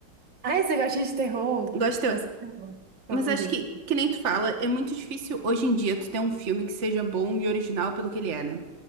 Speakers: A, on the right; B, on the right.
A: Ai, você gosta de terror?
B: <laughs> Gosto de terror.
A: Qual é o seu terror favorito?
B: Mas acho que, que nem tu fala, é muito difícil hoje em dia tu ter um filme que seja bom e original pelo que ele é, né?